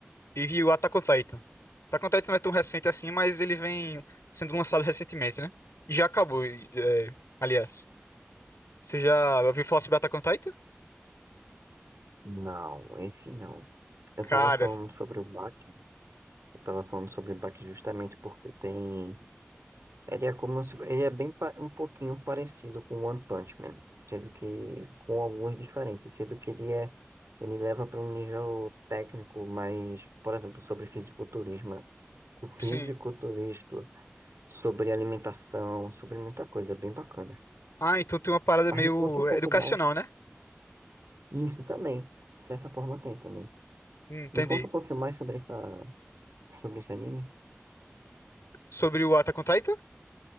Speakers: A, on the left (about 85°); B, on the right (about 80°).
A: e vi o Attack on Titan. Attack on Titan não é tão recente assim, mas ele vem sendo lançado recentemente, né? E já acabou, e, é, aliás. Você já ouviu falar sobre Attack on Titan?
B: Não, esse não. Eu
A: Cara,
B: tava falando sobre o Bach, eu tava falando sobre o Bach justamente porque tem. Ele é como se. Ele é bem pa- um pouquinho parecido com One Punch Man, sendo que. com algumas diferenças, sendo que ele é. Ele leva para um nível técnico mais, por exemplo, sobre fisiculturismo, O fisiculturismo
A: sim.
B: sobre alimentação, sobre muita coisa, é bem bacana.
A: Ah, então tem uma parada
B: Mas
A: meio
B: me conta um pouco
A: educacional,
B: mais.
A: né?
B: Isso também, de certa forma tem também.
A: Hum, entendi.
B: Me conta um pouquinho mais sobre essa, sobre esse anime.
A: Sobre o Attack on Titan?